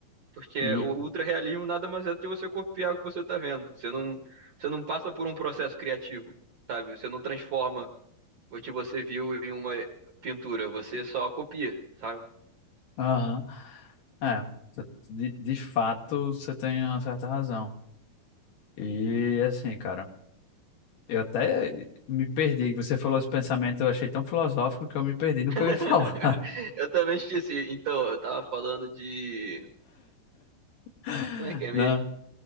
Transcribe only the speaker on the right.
Porque
o ultra-realismo nada mais é do que você copiar o que você tá vendo. Você não, você não passa por um processo criativo, sabe? Você não transforma o que você viu em uma pintura, você só copia, sabe?
<laughs>
Eu também esqueci. Então, eu tava falando de.
Como é que é
mesmo?